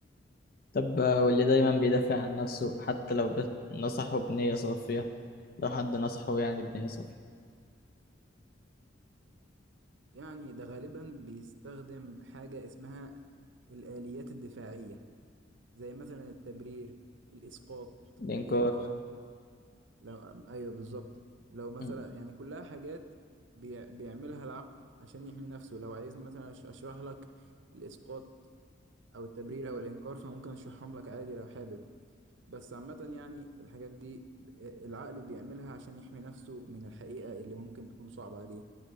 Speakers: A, on the left; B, on the right.
A: طب آه، واللي دايما بيدافع عن نفسه حتى لو بس- نصحه بنية صافية لو حد نصحه يعني بنية صافية
B: يعني ده غالبا بيستخدم حاجة اسمها الآليات الدفاعية زي مثلا التبرير الإسقاط
A: الإنكار
B: الإنكار لو أيوه بالظبط لو مثلا
A: م-
B: يعني كلها حاجات بيع... بيعملها العقل عشان يحمي نفسه لو عايزني مثلا أش- أشرح لك الإسقاط أو التبرير أو الإنكار فممكن أشرحهم لك عادي لو حابب بس عامة يعني الحاجات دي ب- العقل بيعملها عشان يحمي نفسه من الحقيقة اللي ممكن تكون صعبة عليه